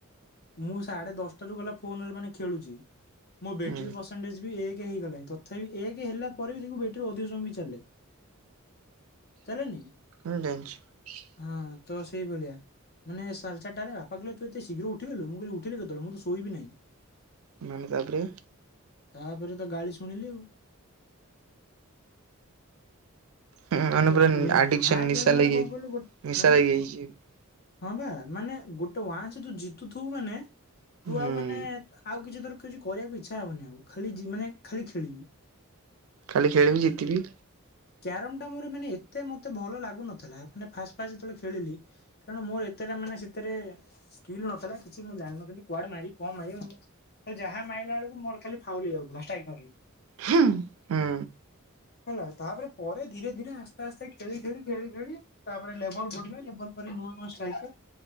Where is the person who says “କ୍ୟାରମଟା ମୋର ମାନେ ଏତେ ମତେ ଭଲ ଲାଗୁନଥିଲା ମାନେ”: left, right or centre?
Left